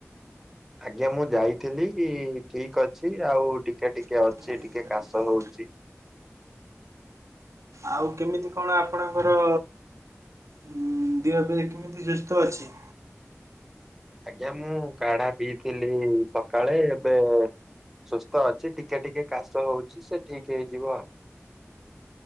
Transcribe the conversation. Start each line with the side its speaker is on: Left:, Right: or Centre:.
Centre: ଆଜ୍ଞା ମୁଁ ଯାଇଥିଲି କି ଠିକ୍ ଅଛି ଆଉ ଟିକେ ଟିକେ
Right: ଚିକିତ୍ସାଳୟକୁ
Centre: ଅଛି ଟିକେ କାଶ ହଉଚି।
Right: ଆଉ କେମିତି କଣ ଆପଣଙ୍କର ଉଁ ଦିହ ଏବେ କେମିତି ସୁସ୍ଥ ଅଛି?
Centre: ଆଜ୍ଞା ମୁଁ କାଢ଼ା ପିଇଥିଲି ସକାଳେ ଏବେ ସୁସ୍ଥ ଅଛି ଟିକେ ଟିକେ କାଶ ହଉଚି ସେ ଠିକ୍ ହେଇଯିବ।